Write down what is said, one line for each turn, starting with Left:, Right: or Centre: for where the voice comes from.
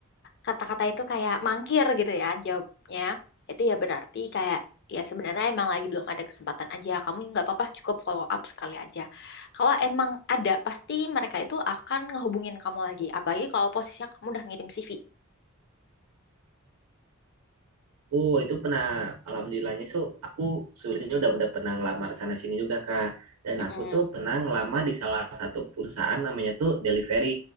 Left: kata-kata itu kayak mangkir gitu ya jawabnya itu ya berarti kayak ya sebenarnya emang lagi belum ada kesempatan aja kamu nggak apa-apa cukup follow up sekali aja kalau emang ada pasti mereka itu akan ngehubungin kamu lagi apalagi kalau posisinya kamu udah ngirim CV
Right: Oh, itu pernah alhamdulillahnya so aku sulitnya udah udah pernah ngelamar sana sini juga Kak. Dan
Left: Mm-mm.
Right: aku tuh pernah ngelamar di salah satu perusahaan namanya tuh delivery.